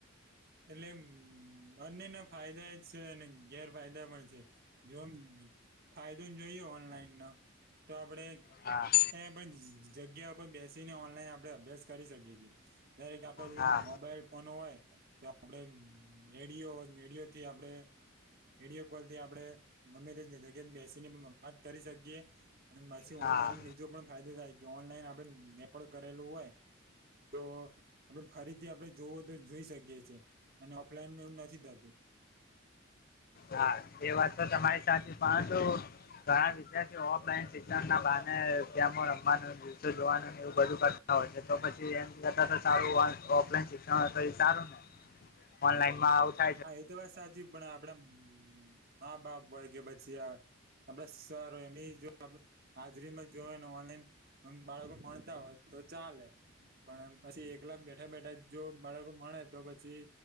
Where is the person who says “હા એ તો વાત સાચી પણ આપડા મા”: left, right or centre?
Right